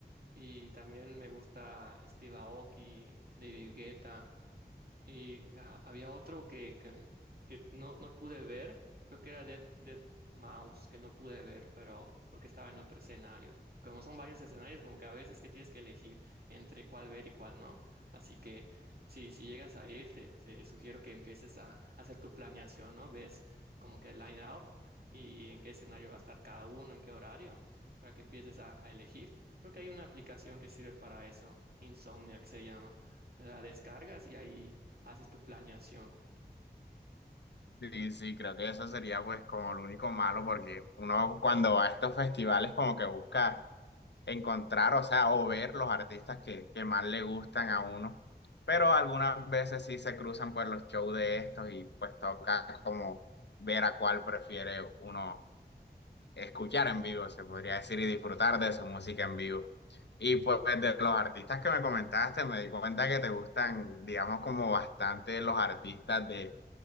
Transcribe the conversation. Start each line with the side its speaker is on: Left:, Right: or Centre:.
Right: Y también me gusta Steve Aoki, David Guetta. Y ah, había otro que, que, que no, no pude ver, creo que era Dead, Dead Mouse, que no pude ver, pero porque estaba en otro escenario. Como son varios escenarios, como que a veces que tienes que elegir entre cuál ver y cuál no. Así que si, si llegas a ir, te, te sugiero que empieces a, hacer tu planeación, ¿no? Ves como que el line up y en qué escenario va a estar cada uno, en qué horario, para que empieces a, a elegir. Creo que hay una aplicación que sirve para eso, Insomniac se llama la descargas y ahí haces tu planeación.
Left: Sí, sí, creo que eso sería pues como lo único malo porque uno cuando va a estos festivales como que busca encontrar, o sea, o ver los artistas que, que más le gustan a uno. Pero algunas veces sí se cruzan por los shows de estos y pues toca como ver a cuál prefiere uno escuchar en vivo, se podría decir, y disfrutar de su música en vivo. Y pues de los artistas que me comentaste, me di cuenta que te gustan, digamos, como bastante los artistas de